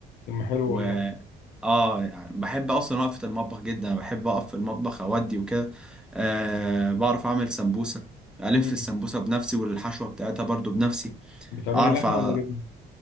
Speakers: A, on the left; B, in the centre.
A: طب ما حلو
B: و
A: والله
B: اه يعني بحب أصلا وقفة المطبخ جدا بحب أقف في المطبخ أودي وكده أه بعرف أعمل سمبوسة ألف
A: امم
B: السمبوسة بنفسي والحشوة بتاعتها برضو بنفسي
A: بتعملها
B: أعرف
A: لحمه
B: أ-
A: ولا جبنه